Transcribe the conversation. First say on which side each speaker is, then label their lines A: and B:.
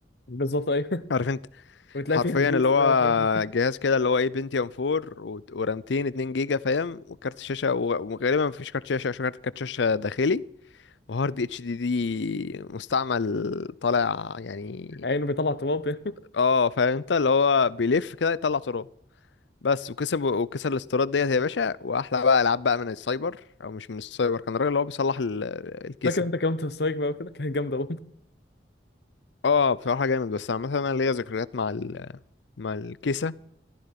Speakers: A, on the left; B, on the left.
A: بالظبط ايوه
B: عارف
A: <laughs> وتلاقي
B: حرفيا
A: فيها بيس
B: اللي هو
A: بقى وحاجات دي.
B: جهاز كده اللي هو ايه بنتيوم 4 وت- ورامتين 2 جيجا فاهم وكارت شاشه وغ- وغالبا مفيش كارت شاشه عشان كارت كارت شاشه داخلي وهارد اتش دي دي مستعمل طالع يعني
A: عينه بيطلع تراب <laughs>
B: اه فاهم انت اللي هو بيلف كده يطلع تراب بس وكسب وكسر الاستيراد ديت يا باشا واحلى بقى العاب بقى من السايبر او مش من السايبر كان الراجل اللي هو بيصلح ال- الكيسه
A: فاكر انت كمان سترايك بقى وكده كانت جامده
B: اه بصراحه جامد بس عامه انا ليا ذكريات مع ال مع الكيسه